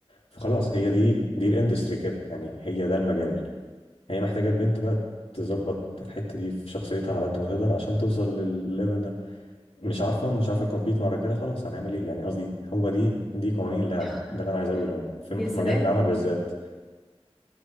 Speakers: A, on the left (about 70°); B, in the centre.
A: فخلاص هي دي دي الاندستري كده يعني هي ده المجال هي محتاجة البنت بقى تظبط الحتة دي في شخصيتها على قد ما تقدر عشان توصل للليفل ده مش عارفة مش عارفة تكمبيت مع الرجالة خلاص هنعمل ايه يعني قصدي هو دي دي قوانين اللعب
B: <laughs>
A: ده اللي انا عايز اقوله يعني في
B: يا
A: في
B: سلام
A: مجال العمل بالذات